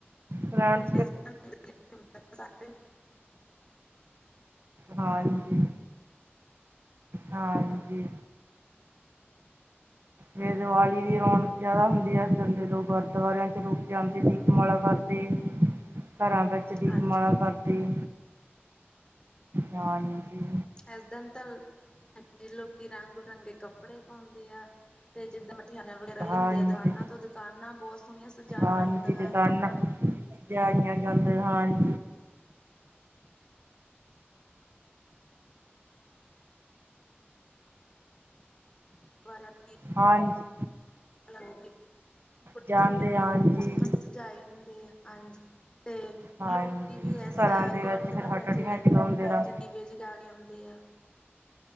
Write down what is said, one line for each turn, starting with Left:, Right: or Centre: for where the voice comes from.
Right: ਫਰੈਂਡ
Left: <unintelligible>
Right: ਹਾਂਜੀ। ਹਾਂਜੀ।
Left: <unintelligible>
Right: ਫੇਰ ਦੀਵਾਲੀ ਦੀ ਰੌਣਕ ਜਿਆਦਾ ਹੁੰਦੀ ਹੈ ਇਸ ਕਰਕੇ ਲੋਕ ਗੁਰਦੁਆਰਿਆਂ ਚ ਲੋਕ ਜਾਂਦੇ ਸੀ। ਮਾਲਾ ਕਰਦੇ ਘਰਾਂ ਵਿੱਚ ਦੀਪਮਾਲਾ
Left: ਹਾਂਜੀ
Right: ਕਰਦੇ ਹਾਂ ਜੀ
Left: ਇਸ ਦਿਨ ਤਾਂ ਲੋਕੀ ਰੰਗ ਬਿਰੰਗੇ ਕੱਪੜੇ ਪਾਉਂਦੇ ਆ। ਤੇ ਜਿੱਦਾਂ ਮਠਿਆਈਆਂ ਵਗੈਰਾ ਵੀ
Right: ਹਾਂਜੀ
Left: ਹੁੰਦੀਆਂ ਦੁਕਾਨਾਂ ਤੋਂ ਦੁਕਾਨਾਂ ਬਹੁਤ ਸੋਹਣੀਆਂ ਸਜਾਈਆਂ
Right: ਹਾਂਜੀ
Left: ਹੁੰਦੀਆਂ।
Right: ਦੁਕਾਨਾਂ ਸਜਾਈਆਂ ਜਾਂਦੀਆਂ ਹਨ
Left: ਅਲਗ
Right: ਹਾਂਜੀ
Left: ਹੋ <unintelligible>
Right: ਜਾਂਦੇ ਹਾਂਜੀ
Left: ਸਜਾਏ ਹੁੰਦੇ ਆ ਹਾਂਜੀ ਤੇ
Right: ਹਾਂਜੀ
Left: ਲੋਕੀ ਵੀ ਇਸ
Right: ਘਰਾਂ ਦੇ
Left: ਗੁਰਦੁਆਰ
Right: ਵਿੱਚ ਫਿਰ ਹਟੜੀਆਂ
Left: ਵਿੱਚ
Right: ਚਲਾਉਂਦੇ
Left: ਹਾਂਜੀ
Right: ਰ
Left: ਦੀਵੇ ਜਗਾ ਕੇ ਆਉਂਦੇ ਆ।